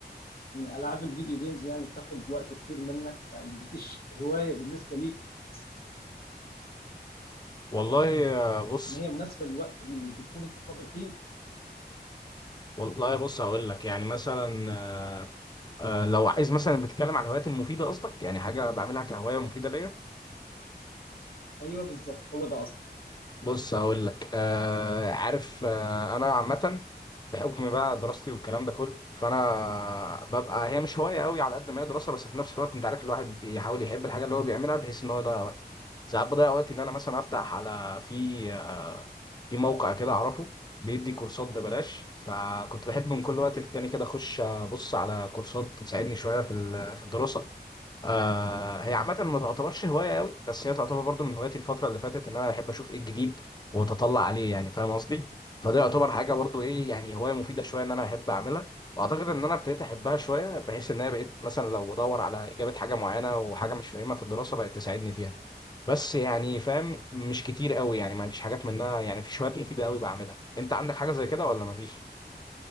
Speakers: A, on the left; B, on the left.
A: ان العاب الفيديو جيمز يعني بتاخد وقت كتير منك يعني مفيش هوايه بالنسبه ليك بتحسها
B: والله آه، بص
A: ان هي مناسبه للوقت اللي بتكون انت فاضي فيه
B: والله بص هقول لك يعني مثلا آه، آه، لو عايز مثلا بتتكلم على الهوايات المفيده قصدك يعني حاجه بعملها كهوايه مفيده ليا
A: ايوه بالظبط هو ده اصلا
B: بص هقول لك آه عارف آه انا عامه بحكم بقى دراستي والكلام ده كله فانا ببقى هي مش هوايه قوي على قد ما هي دراسه بس في نفس الوقت انت عارف الواحد بيحاول يحب الحاجه اللي هو بيعملها بحيث ان هو يضيع وقت ساعات بضيع وقت ان انا مثلا افتح على في في موقع كده اعرفه بيدي كورسات ببلاش فكنت بحب من كل وقت للتاني كده اخش ابص على كورسات تساعدني شويه في ال- في الدراسه آه هي عامه ما تعتبرش هوايه قوي بس هي تعتبر برضو من هواياتي الفتره اللي فاتت ان انا بحب اشوف ايه الجديد واتطلع عليه يعني فاهم قصدي فده يعتبر حاجه برضو ايه يعني هوايه مفيده شويه ان انا بحب اعملها واعتقد ان انا ابتديت احبها شويه بحيث ان انا بقيت مثلا لو بدور على اجابه حاجه معينه وحاجه مش فاهمها في الدراسه بقت تساعدني فيها بس يعني فاهم مش كتير قوي يعني ما فيش حاجات منها يعني في شوية مفيدة قوي بعملها انت عندك حاجة زي كده ولا ما فيش